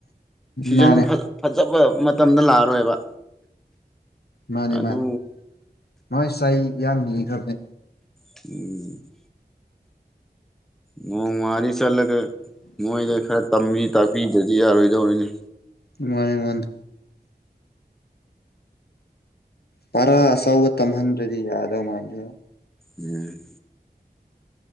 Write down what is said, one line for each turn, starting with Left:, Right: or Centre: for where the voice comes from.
Centre: ꯁꯤꯖꯟ
Left: ꯃꯥꯅꯦ
Centre: ꯐ ꯐꯖꯕ ꯃꯇꯝꯗ ꯂꯥꯛꯑꯔꯣꯏꯕ
Left: ꯃꯥꯅꯦ
Centre: ꯑꯗꯨ
Left: ꯃꯥꯅꯦ ꯅꯣꯏ ꯁꯥꯏ ꯌꯥꯝ ꯃꯤꯈ꯭ꯔꯕꯅꯦ
Centre: ꯎ ꯅꯣꯡꯃꯥꯗꯤ ꯆꯠꯂꯒ ꯃꯣꯏꯗ ꯈꯔ ꯇꯝꯕꯤ ꯇꯥꯛꯄꯤꯗꯗꯤ ꯌꯥꯔꯣꯏꯗꯧꯔꯤꯅꯤ
Left: ꯃꯥꯅꯤ ꯃꯥꯅꯤ ꯄꯔꯥ ꯑꯆꯥꯎꯕ ꯇꯝꯍꯟꯗ꯭ꯔꯗꯤ ꯌꯥꯗꯧ ꯃꯥꯥꯟꯗꯦꯅ‌ꯦ
Centre: ꯎꯝ